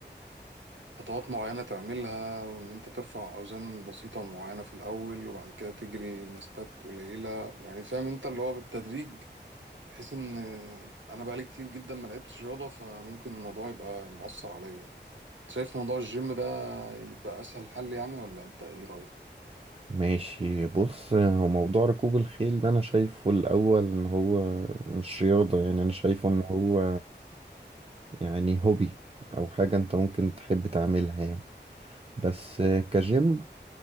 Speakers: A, on the right (about 85°); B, on the right (about 30°).
A: خطوات معينة تعملها وان انت ترفع اوزان بسيطة معينة في الاول وبعد كده تجري مسافات قليلة يعني فاهم انت اللي هو بالتدريج بحيث ان انا بقالي كتير جدا ما لعبتش رياضه فممكن الموضوع يبقى مؤثر عليا شايف موضوع الجيم ده يبقى اسهل حل يعني ولا انت ايه رايك
B: ماشي بص هو موضوع ركوب الخيل ده انا شايفه الاول ان هو مش رياضة يعني انا شايفه ان هو يعني هوبي او حاجة انت ممكن تحب تعملها يعني بس كجيم